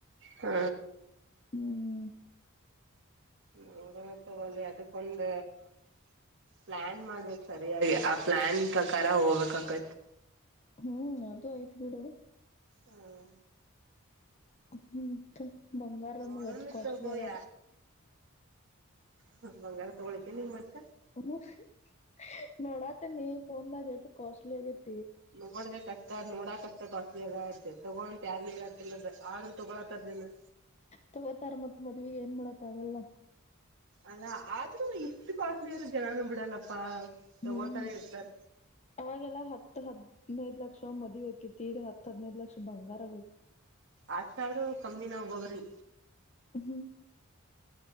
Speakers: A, on the right; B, on the left.
A: ಹ್ಮಾ
B: ಹ್ಮ್
A: ನೋಡೋನ ತೊಗೋಲೇ ಅದಕ್ಕೊಂದ ಪ್ಲಾನ್ ಮಾಡಬೇಕ್ ಸರಿಯಾಗಿ ಆ ಪ್ಲಾನ್ ಪ್ರಕಾರ ಹೋಗ್ಬೇಕಾಕೆತಿ
B: ಹ್ಮೂ ಅದು ಐತಿ ಬಿಡು
A: ಹ್ಮ್
B: ಹೂಂ ಮತ್ ಬಂಗಾರನು
A: ನೋಡೋಣ
B: ಎಟ್ ಕಾಸ್ಟ್ಲಿ
A: ತಗೋಯ
B: ಆಗಾತೆತಿ
A: ಹ್ಮ ಬಂಗಾರ ತಗೊಳಿಕ್ಕೆ ನೀ್ ಮತ್ತ
B: ಹ್ಮ-ಹ್ಮ-ನೋಡಾತೆನಿ ಪೊನ್ ದಾಗ ಎಟ್ ಕಾಸ್ಟ್ಲಿ ಆಗೆತಿ
A: ನೋಡ್ಬೇಕ್ ಅಷ್ಟ ಆದ ನೋಡಾಕಷ್ಟ ಕಾಸ್ಟ್ಲಿ ಆಗಾತೆತಿ ತೋಗೋ ಅಂತ ಯಾರಗು ಹೇಳಾತಿಲ್ಲಾ ಆದ್ರ- ತೋಗೋಳಾಕರದೆನಾ
B: ತೋಗೋತಾರ ಮತ್ ಮದುವಿಗೆ ಏನ್ ಮಾಡಕಾಗಲ್ಲ
A: ಅಲಾ ಆದ್ರೂ ಇಷ್ಟ ಕಾಸ್ಟ್ಲಿ ಆದ್ರೂ ಜನಾನು ಬಿಡಲ್ಲಪ್ಪಾ ತಗೋತಾನೆ
B: ಬವ್ಂ
A: ಇರ್ತಾರ
B: ಅವಾಗೆಲ್ಲ ಹತ್ತ ಹತ್ತ ಇನ್ನ ಐದ ಲಕ್ಷ ಮದುವೆ ಆಕೆತಿ ಈಗ ಹತ್ತ ಹದ್ನೖದ ಲಕ್ಷ ಬಂಗಾರ ಬೇಕು
A: ಅಷ್ಟಾದರೂ ಕಮ್ಮಿನ ಒಬ್ಬೊಬ್ಬರಿಗೆ
B: ಹ್ಮ್